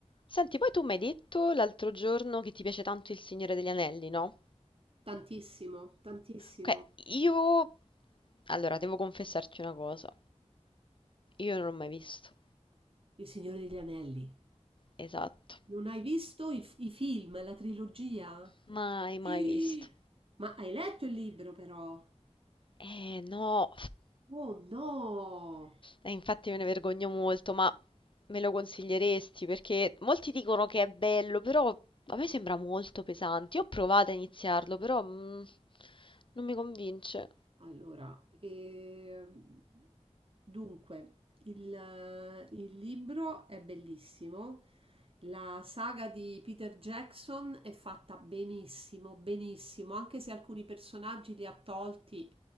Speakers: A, on the left; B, on the right.
A: Senti, poi tu mi hai detto l'altro giorno che ti piace tanto Il Signore degli Anelli, no?
B: Tantissimo, tantissimo.
A: Ok, io... Allora, devo confessarti una cosa. Io non l'ho mai visto.
B: Il Signore degli Anelli.
A: Esatto.
B: Non hai visto i, f- i film, la trilogia? <gasps>
A: Mai, mai
B: Eh,
A: visto.
B: Ma hai letto il libro però?
A: Eh, no.
B: Oh no!
A: Eh, infatti me ne vergogno molto, ma me lo consiglieresti? Perché molti dicono che è bello, però a me sembra molto pesante. Io ho provato a iniziarlo, però mm, non mi convince.
B: Allora, ehm, dunque, il, il libro è bellissimo. La saga di Peter Jackson è fatta benissimo, benissimo, anche se alcuni personaggi li ha tolti.